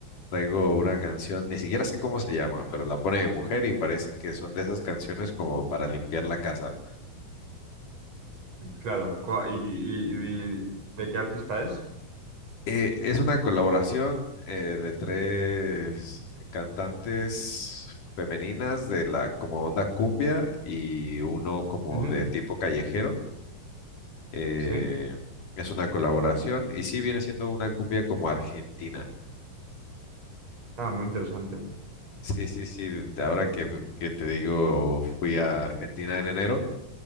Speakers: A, on the left; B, on the right.
A: traigo una canción, ni siquiera sé cómo se llama, pero la pone mi mujer y parece que son de esas canciones como para limpiar la casa.
B: Ujú. Claro. Cua- ¿Y, y- y- y- de qué artista es?
A: Eh, es una colaboración eh, de tres cantantes femeninas de la como onda cumbia y uno como
B: Ujú.
A: de tipo callejero. Eh,
B: ¿Sí?
A: es una colaboración y sí viene siendo una cumbia como argentina.
B: Ah, muy interesante.
A: Sí, sí, sí. de Ahora que, que te digo, fui a Argentina en enero.